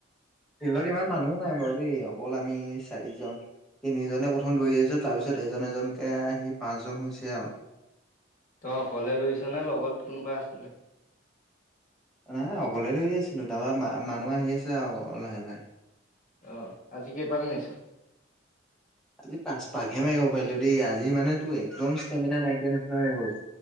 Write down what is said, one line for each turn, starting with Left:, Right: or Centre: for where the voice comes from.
Centre: ফিল্ডত ইমান মানুহো নাই বাৰু দেই, অকল আমি চাৰিজন। তিনিজনে প্ৰথম দৌৰি আহিছোঁ, তাৰ পিছত এজন এজনকে আহি পাঁচজন হৈছে আও।
Left: তই অকলে দৌৰিছ নে লগত কোনোবা আছিলে?
Centre: নাই, অকলেই দৌৰি আছিলোঁ। তাৰপা মা-মানুহ আহি আছিলে আৰু লাহে লাহে।
Left: অ, আজি কেইপাক মাৰিছ?
Centre: আজি পাঁচ পাকহে মাৰিব পাৰিলো দেই, আজি মানে তোৰ একদম ষ্টেমিনা নাইকিয়া নিচিনা হৈ গ'ল।